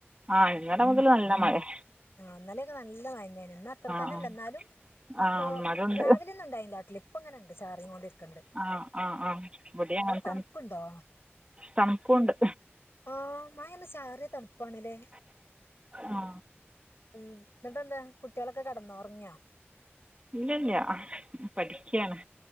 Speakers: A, on the right; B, on the left.
A: ആഹ് ഇന്നലെ മുതല് നല്ല മഴേ
B: ആഹ് ഇന്നലൊക്കെ നല്ല മഴന്നേണ് ഇന്ന് അത്ര തന്നെല്ല
A: ആ
B: എന്നാലും അപ്പൊ
A: ആ മഴയുണ്ട്
B: രാവിലെ ഒന്നുണ്ടായിന്നില്ല ട്ടിലിം ഇപ്പ ഇങ്ങനെണ്ട് ചാറീങ്കോണ്ട് ഇരിക്ക്‌ണിണ്ട്
A: ആഹ് ആഹ് ആഹ് ഇവിടേം അങ്ങനെ
B: തണുപ്പുണ്ടോ
A: തന്നെ തണ്ക്കൂണ്ട്
B: ആഹ് മയ ഒന്ന് ചാറിയ തണുപ്പാണ് ല്ലേ
A: ആ
B: ഉം ഇന്നിട്ടന്താ കുട്ട്യാളൊക്കെ കടന്നോ ഉറങ്ങ്യോ
A: ഇല്ല ഇല്ല പഠിയ്ക്കാണ്